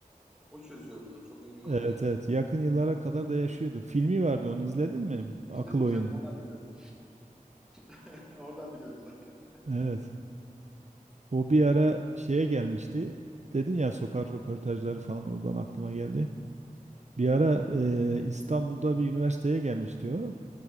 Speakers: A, in the centre; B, on the right.
A: O çözüyor bunu. Çok ünlü bir matematikçi.
B: Evet evet. Yakın yıllara kadar da yaşıyordu. Filmi vardı onu izledin mi? Akıl
A: İzledim
B: Oyun.
A: izledim oradan biliyorum. <laughs> oradan biliyorum zaten.
B: Evet. O bir ara şeye gelmişti. Dedin ya sokak röportajları falan oradan aklıma geldi. Bir ara e, İstanbul'da bir üniversiteye gelmiş diyor.